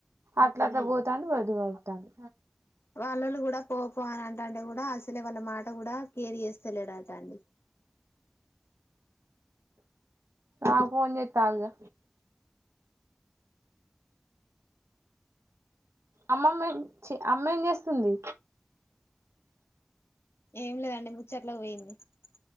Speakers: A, on the right; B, on the left.
A: అట్లా అట్లా పోతాఉండు బదుతాఉండు
B: వాళ్ళలు కూడా పోపో అని అంటటె కూడా అసలే వాళ్ళ మాట కూడా కేర్ చేస్తలేడుంట అండి
A: నాక్ ఫోన్ చెత్తాఉంది అమ్మమ్మ చి అమ్మ ఏం చేస్తుంది
B: ఏం లేదండి ముచెట్లకి పోయింది పోయింది